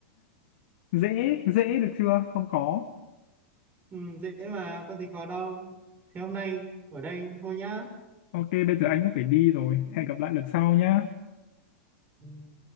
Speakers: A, on the left; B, on the right.
A: dễ dễ được chưa không khó
B: ừ, dễ mà có gì khó đâu thế hôm nay ở đây thôi nhá
A: ok bây giờ anh cũng phải đi rồi hẹn gặp lại lần sau nhá
B: Ừ.